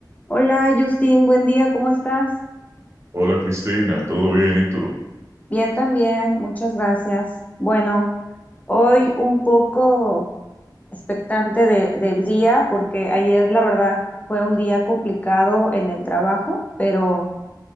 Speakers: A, on the left; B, on the right.
A: Hola Justin, buen día, ¿cómo estás?
B: Hola Cristina, ¿todo bien? ¿Y tú?
A: Bien también, muchas gracias. Bueno, hoy un poco expectante de- del día porque ayer la verdad fue un día complicado en el trabajo, pero